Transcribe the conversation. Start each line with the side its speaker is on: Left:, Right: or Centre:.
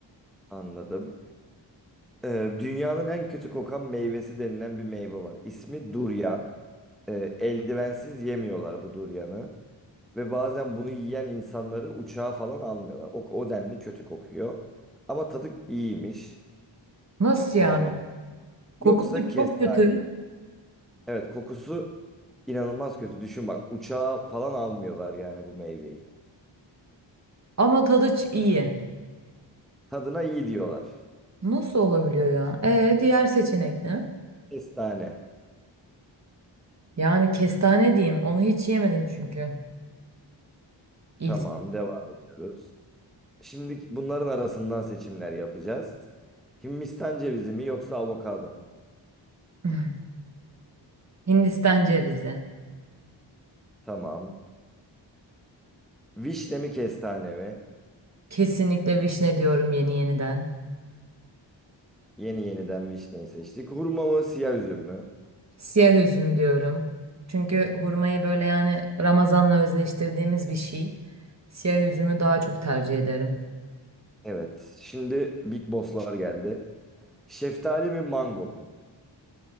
Centre: Anladım. Ee, dünyanın en kötü kokan meyvesi denilen bir meyve var. İsmi duryan. Ee, eldivensiz yemiyorlar bu duryanı. Ve bazen bunu yiyen insanları uçağa falan almıyorlar. O, o denli kötü kokuyor. Ama tadı iyiymiş.
Right: Nasıl yani?
Centre: Ee,
Right: Kokusu
Centre: yoksa kestane
Right: çok kötü
Centre: mi? Evet kokusu inanılmaz kötü. Düşün bak uçağa falan almıyorlar yani bu meyveyi.
Right: ama tadı ç- iyi.
Centre: Tadına iyi diyorlar.
Right: Nasıl olabiliyor ya? E diğer seçenek ne?
Centre: Kestane.
Right: Yani kestane diyeyim. Onu hiç yemedim çünkü. İlk.
Centre: Tamam devam ediyoruz. Şimdi bunların arasından seçimler yapacağız. Hindistan cevizi mi yoksa avokado mu?
Right: <laughs> Hindistan cevizi.
Centre: Tamam. Vişne mi kestane mi?
Right: Kesinlikle vişne diyorum yeni yeniden.
Centre: Yeni yeniden vişneyi seçtik. Hurma mı siyah üzüm mü?
Right: Siyah üzüm diyorum. Çünkü hurmayı böyle yani Ramazan'la özleştirdiğimiz bir şey. Siyah üzümü daha çok tercih ederim.
Centre: Evet. Şimdi Big Boss'lar geldi. Şeftali mi mango mu?